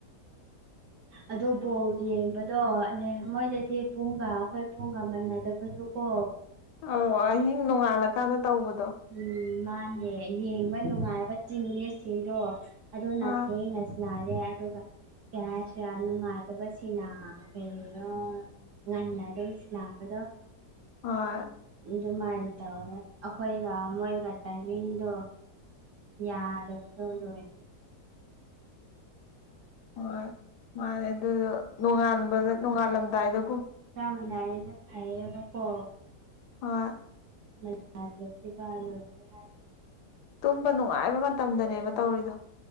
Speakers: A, on the right (about 60°); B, on the left (about 75°).
A: ꯑꯗꯣ ꯕꯣꯜ ꯌꯦꯡꯕꯗꯣ ꯑꯂꯩ ꯃꯣꯏꯗꯗꯤ ꯄꯨꯡꯒ ꯑꯩꯈꯣꯏ ꯄꯨꯡꯒ ꯃꯅꯗꯕꯗꯨ ꯀꯣ
B: ꯑꯧ ꯑꯍꯤꯡ ꯅꯣꯡꯉꯥꯜꯂꯀꯥꯟꯗ ꯇꯧꯕꯗꯣ
A: ꯎꯝ ꯃꯥꯅꯦ ꯌꯦꯡꯕ ꯅꯨꯡꯉꯥꯏꯕ ꯆꯤꯡꯅꯦꯁꯤꯡꯗꯣ ꯑꯗꯨꯅ
B: ꯑꯥ
A: ꯊꯦꯡꯅꯁ__ ꯅꯥꯔꯦ ꯑꯗꯨꯒ ꯀꯌꯥꯁꯨ ꯌꯥꯝ ꯅꯨꯡꯉꯥꯏꯇꯕꯁꯤꯅ ꯀꯩꯔꯣ ꯉꯟꯅ ꯑꯗꯨꯝ ꯁꯥꯟꯅꯕꯗꯣ
B: ꯍꯣꯏ
A: ꯑꯗꯨꯃꯥꯏꯅ ꯇꯧꯋꯦ ꯑꯩꯈꯣꯏꯒ ꯃꯣꯏꯒ ꯇꯥꯏꯃꯤꯡꯗꯣ ꯌꯥꯗꯕꯗꯣ ꯗꯣꯏ__
B: ꯍꯣꯏ ꯃꯥꯅꯦ ꯑꯗꯨꯗꯣ ꯅꯣꯡꯉꯥꯟꯕꯗ ꯅꯣꯡꯉꯥꯜꯂꯝꯗꯥꯏꯗ
A: ꯆꯥꯃꯤꯟꯅꯔꯤꯗꯣ ꯐꯩꯌꯦꯕꯀꯣ
B: ꯍꯣꯏ
A: ꯃꯗꯥꯗꯤ ꯗꯤꯕꯥ ꯂꯣꯏꯔꯦ ꯍꯥꯏꯁꯤꯅꯤ
B: ꯇꯨꯝꯕ ꯅꯨꯡꯉꯥꯏꯕ ꯃꯇꯝꯗꯅꯦꯕ ꯇꯧꯔꯤꯗꯣ